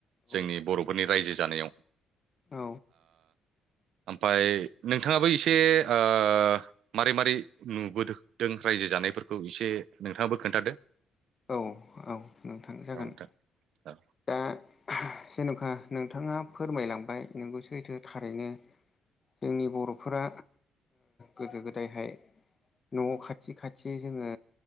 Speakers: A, on the left; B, on the right.
A: औ
B: जोंनि बर'फोरनि रायजो जानायाव
A: औ
B: ओमफ्राय नोंथाङाबो एसे ओ मारै मारै नुबोदों राय रायजो जानायफोरखौ एसे नोंथाङाबो खोन्थादो
A: औ औ नोंथां जागोन
B: औ नोंथां औ
A: दा जेन'खा नोंथाङा फोरमायलांबाय नोंगौ सैथो थारैनो जोंनि बरफोरा गोदो गोदायहाय नआव खाथि खाथि जोङो